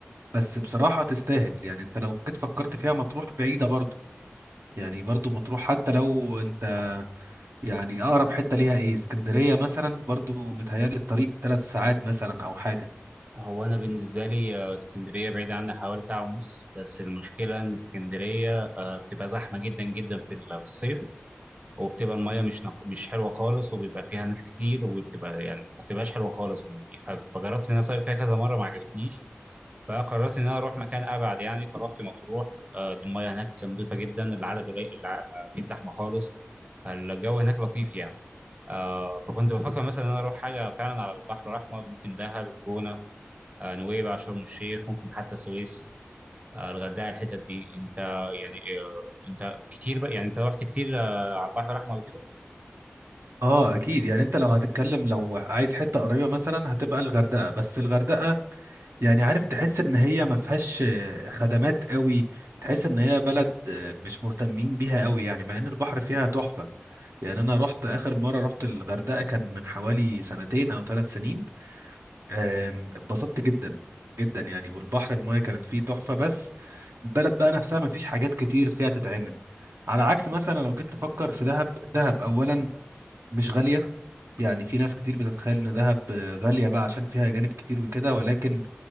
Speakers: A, on the right (about 75°); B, on the right (about 30°).
A: بس بصراحة تستاهل يعني انت لو جيت فكرت فيها مطروح بعيدة برضه يعني برضه مطروح حتى لو انت يعني اقرب حته ليها ايه اسكندريه مثلا برضو متهيألي الطريق ثلاث ساعات مثلا او حاجه
B: هو أنا بالنسبة لي آه، اسكندرية بعيدة عني حوالي ساعة ونص بس المشكلة إن اسكندرية آه، بتبقى زحمة جدا جدا في ال- في الصيف وبتبقى المية مش نق... مش حلوة خالص وبيبقى فيها ناس كتير وبتبقى يعني ما بتبقاش حلوة خالص ف... فجربت إن أنا أصيف فيها كذا مرة ما عجبتنيش فقررت إن أنا أروح مكان أبعد يعني فرحت مطروح آه، دي المية هناك نضيفة جدا العدد قليل الع- ما فيش زحمة خالص فالجو هناك لطيف يعني آه، فكنت بفكر مثلا إن أنا أروح حاجة فعلا على البحر الأحمر ممكن دهب الجونة آه، نويبع شرم الشيخ ممكن حتى السويس آه، الغردقة الحتت دي أنت يعني آه، أنت كتير بقى يعني أنت رحت كتير آه، على البحر الأحمر وكده
A: اه اكيد يعني انت لو هتتكلم لو عايز حته قريبه مثلا هتبقى الغردقه بس الغردقه يعني عارف تحس ان هي ما فيهاش آه، خدمات قوي تحس ان هي بلد آه، مش مهتمين بيها قوي يعني مع ان البحر فيها تحفه يعني انا رحت اخر مره رحت الغردقه كان من حوالي سنتين او ثلاث سنين آم، اتبسطت جدا جدا يعني والبحر المايه كانت فيه تحفه بس البلد بقى نفسها ما فيش حاجات كتير فيها تتعمل على عكس مثلا لو جيت تفكر في دهب دهب اولا مش غاليه يعني في ناس كتير بتتخيل ان دهب آه، غاليه بقى عشان فيها جانب كتير وكده ولكن